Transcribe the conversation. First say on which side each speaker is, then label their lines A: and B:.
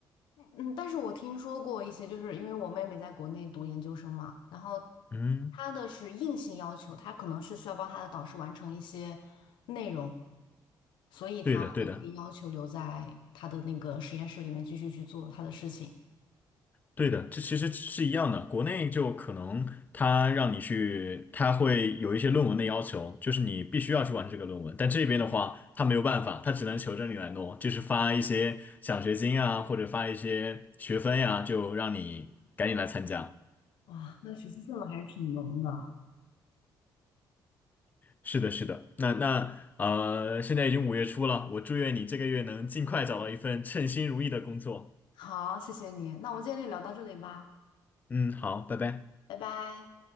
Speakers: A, on the left (about 85°); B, on the left (about 20°).
A: 嗯，但是我听说过一些，就是因为我妹妹在国内读研究生嘛，然后
B: 嗯，
A: 她的是硬性要求，她可能是需要帮她的导师完成一些内容，所以她会被要求留在她的那个实验室里面继续去做她的事情。
B: 对的，对的。对的，这其实是一样的。国内就可能他让你去，他会有一些论文的要求，就是你必须要去完成这个论文。但这边的话，他没有办法，他只能求着你来弄，就是发一些奖学金啊，或者发一些学分呀、就让你赶紧来参加。
A: 哇，那学习氛围还是挺浓的。
B: 是的，是的。那那呃，现在已经五月初了，我祝愿你这个月能尽快找到一份称心如意的工作。
A: 好，谢谢你，那我们今天就聊到这里吧，
B: 嗯，好，拜拜。
A: 拜拜。